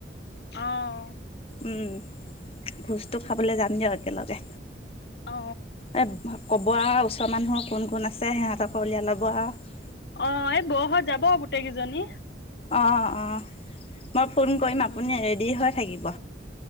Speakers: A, on the left; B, on the left.
A: অ',
B: উম ভোজটো খাবলৈ যাম দিয়া একেলগে।
A: অ
B: এ ক'ব আৰু ওচৰৰ মানুহৰ কোন কোন আছে সিহঁতক উলিয়াই লব আৰু।
A: অ এই বও হঁত যাব গোটেই কেইজনী।
B: অঁ অঁ মই ফোন কৰিম
A: উম,
B: আপুনি ৰেডি হয় থাকিব